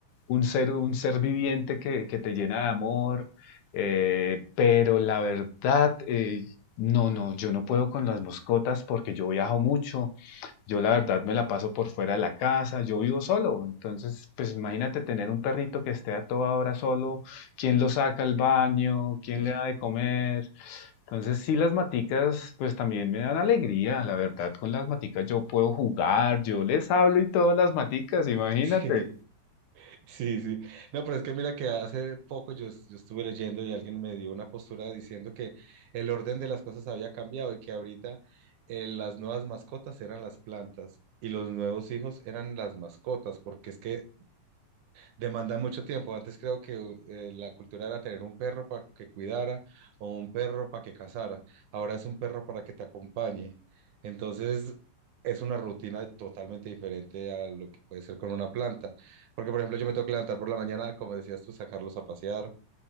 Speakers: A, on the left; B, on the right.
A: un ser, un ser viviente que, que te llena de amor, eh, pero la verdad, eh, no, no, yo no puedo con las mascotas porque yo viajo mucho yo la verdad me la paso por fuera de la casa, yo vivo solo, entonces pues imagínate tener un perrito que esté a toda hora solo, quién lo saca al baño, quién
B: Sí,
A: le da de comer. Entonces sí, las maticas pues también me dan alegría, la verdad, con las maticas yo puedo jugar, yo les hablo y todas las maticas, imagínate.
B: <laughs> sí. Sí, sí. No, pero es que mira que hace poco yo, es- yo estuve leyendo y alguien me dio una postura diciendo que el orden de las cosas había cambiado y que ahorita eh, las nuevas mascotas eran las plantas y los nuevos hijos eran las mascotas, porque es que Demandan mucho tiempo. Antes creo que eh, la cultura era tener un perro para que cuidara o un perro para que cazara. Ahora es un perro para que te acompañe. Entonces es una rutina totalmente diferente a lo que puede ser con una planta. Porque, por ejemplo, yo me tengo que levantar por la mañana, como decías tú, sacarlos a pasear,